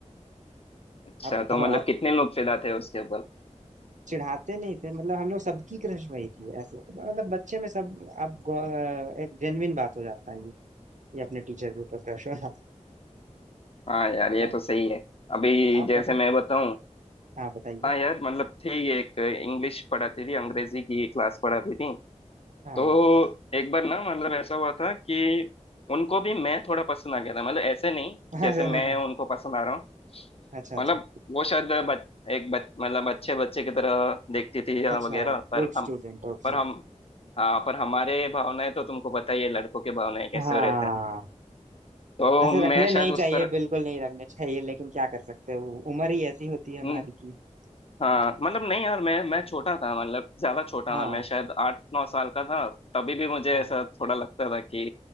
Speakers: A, on the left; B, on the right.
A: अच्छा
B: आप बताओ
A: तो मतलब
B: आप
A: कितने लोग फिदा थे उसके ऊपर
B: चिढ़ाते नहीं थे मतलब हम लोग सबकी क्रश वही थी ऐसे मतलब बच्चे में सब आप गौ- एक जेन्युइन बात हो जाता है ये ये अपने टीचर के ऊपर क्रश होना
A: हाँ यार ये
B: तो
A: तो सही है अभी
B: आप
A: जैसे
B: बताओ
A: मैं बताऊं
B: हाँ बताइए
A: हाँ यार मतलब थी एक इंग्लिश पढ़ाती थी अंग्रेजी की क्लास पढ़ाती थी
B: हाँ
A: तो एक बार ना मतलब ऐसा हुआ था कि उनको भी मैं थोड़ा पसंद आ गया था मतलब ऐसे नहीं
B: <laughs>
A: जैसे मैं उनको पसंद आ रहा हूँ
B: अच्छा अच्छा
A: मतलब वो शायद बच, एक बच, मतलब अच्छे बच्चे की तरह देखती थी या
B: अच्छा
A: वगैरह पर
B: गुड
A: हम
B: स्टूडेंट ओके
A: पर हम हाँ पर हमारे भावनाएं तो तुमको पता ही है लड़कों के भावनाएं कैसे
B: हाँ
A: रहते हैं तो
B: ऐसे
A: मैं
B: रखने
A: शायद
B: नहीं चाहिए
A: उस तरह
B: बिल्कुल नहीं रखने चाहिए लेकिन क्या कर सकते हो उम्र ही ऐसी होती है हमारी
A: हम्म,
B: की
A: हाँ
B: जी
A: मतलब नहीं यार मैं मैं छोटा था मतलब ज्यादा छोटा
B: हाँ
A: था मैं शायद आठ नौ साल का था तभी भी मुझे
B: हाँ
A: ऐसा थोड़ा लगता था कि